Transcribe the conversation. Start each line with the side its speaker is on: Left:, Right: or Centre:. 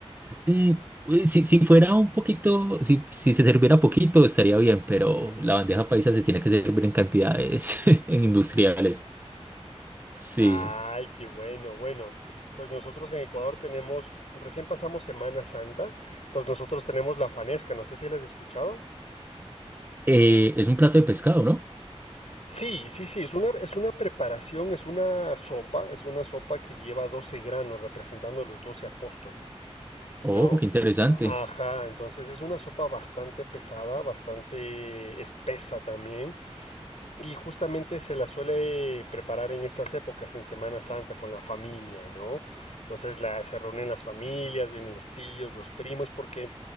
Right: Mm, uy, si, si fuera un poquito, si, si se serviera poquito, estaría bien, pero la bandeja paisa se tiene que servir en cantidades <laughs> en industriales. Sí.
Left: Ay, qué bueno, bueno. Pues nosotros en Ecuador tenemos, recién pasamos Semana Santa, entonces nosotros tenemos la fanesca, no sé si la has escuchado.
Right: Eh, es un plato de pescado, ¿no?
Left: Sí, sí, sí, es una, es una preparación, es una sopa, es una sopa que lleva 12 granos representando los 12 apóstoles,
Right: Oh,
Left: ¿no?
Right: qué interesante.
Left: Ajá, entonces es una sopa bastante pesada, bastante espesa también, Y justamente se la suele preparar en estas épocas, en Semana Santa, con la familia, ¿no? Entonces la, se reúnen las familias, vienen los tíos, los primos, porque